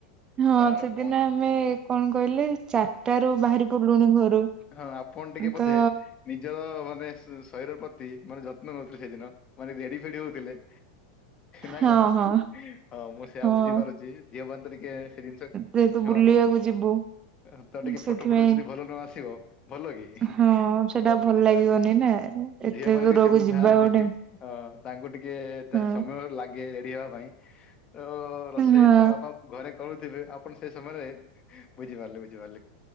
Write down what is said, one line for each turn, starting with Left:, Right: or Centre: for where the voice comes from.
Right: ହଁ
Left: କାରଣ
Right: ସେଦିନ
Left: କ
Right: ଆମେ କଣ କହିଲେ ଚାରିଟାରୁ ବାହାରି ପଡିଲୁଣି ଘରୁ।
Left: ହଁ ଆପଣ ଟିକେ
Right: ତ
Left: ବୋଧେ। ନିଜର ମାନେ ଶ-ଶରୀର ପ୍ରତି ମାନେ ଯତ୍ନ ନଉଥିଲେ ସେଦିନ ମାନେ ରେଡି ଫେଡି ହଉଥିଲେ। ନା
Right: ହଁ
Left: କଣ?
Right: ହଁ।
Left: ହଁ ମୁଁ ସେୟା
Right: ହଁ
Left: ବୁଝିପାରୁଛି ଝିଅ ମାନେ ତ ଟିକେ ସେ ଜିନିଷ
Right: ଯେହେତୁ
Left: ହଁ
Right: ବୁଲିବାକୁ
Left: ହଁ।
Right: ଯିବୁ।
Left: ଅ ତ ଟିକେ
Right: ସେଥିପାଇଁ
Left: ଫଟୋ ଫଟୋ ଯଦି ଭଲ ନ ଆସିବ ଭଲ କି।
Right: ହଁ ସେଟା
Left: ତ
Right: ଭଲ
Left: ବୁଝିପାରିଲି
Right: ଲାଗିବନି ନା ଏତେ
Left: ଝିଅ ମାନେ
Right: ଦୂରକୁ
Left: ଟିକେ ସେମିତି
Right: ଯିବା
Left: ଥାଆନ୍ତି
Right: ଗୋଟେ।
Left: ହଁ। ତାଙ୍କୁ ଟିକେ ତ
Right: ହଁ
Left: ସମୟ ଲାଗେ ରେଡି ହେବା ପାଇଁ ତ ରୋଷେଇ
Right: ହଁ
Left: ତ ବାପା ଘରେ କରୁଥିବେ ଆପଣ ସେ ସମୟରେ ବୁଝିପାରିଲେ ବୁଝିପାରିଲେ।